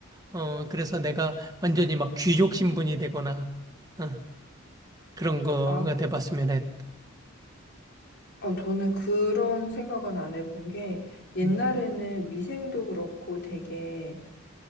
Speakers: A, on the right; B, on the left.
A: 어, 그래서 내가 완전히 막 귀족 신분이 되거나, 어, 그런 거가
B: 아,
A: 돼봤으면 했다.
B: 어, 저는 그런 생각은 안 해본 게, 옛날에는
A: 음,
B: 위생도 그렇고 되게